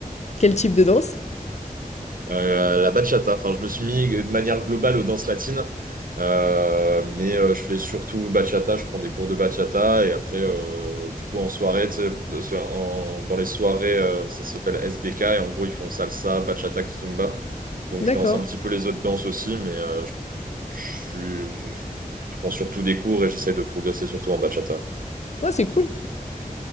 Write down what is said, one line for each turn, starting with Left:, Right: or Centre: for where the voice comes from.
Left: Quel type de danse?
Right: euh, la bachata. Enfin, je me suis mis de manière globale aux danses latines, Euh, mais euh, je fais surtout bachata. Je prends des cours de bachata et après, euh, du coup, en soirée, tu sais, sur- en- dans les soirées, euh, ça s'appelle SBK et en gros, ils font salsa, bachata, kizomba. Donc, je
Left: D'accord.
Right: danse un petit peu les autres danses aussi, mais euh, je, je suis- je- je- je prends surtout des cours et j'essaie de progresser surtout en bachata.
Left: Ah, c'est cool.